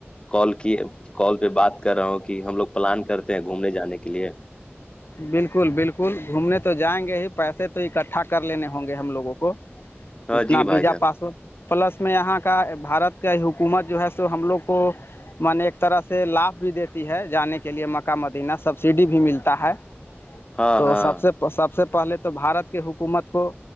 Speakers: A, on the left; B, on the left.
A: کال کیے کال پہ بات کر رہا ہوں کہ ہم لوگ پلان کرتے ہیں گھومنے جانے کے لیے
B: بالکل بالکل گھومنے تو جائیں گے ہی پیسے تو اکٹھا کر لینے ہوں گے ہم لوگوں کو
A: ہاں
B: اتنا
A: جی بھائی
B: وزا
A: جان
B: پاس ہو پلس میں یہاں کا بارت کا حکومت جو ہے تو ہم لوگ کو من ایک طرح سے لابھ بھی دیتی ہے جانے کے لیے مکہ مدینہ سبسڈی بھی ملتا ہے
A: ہاں
B: تو
A: ہاں
B: سب سے سب سے پہلے تو بھارت کے حکومت کو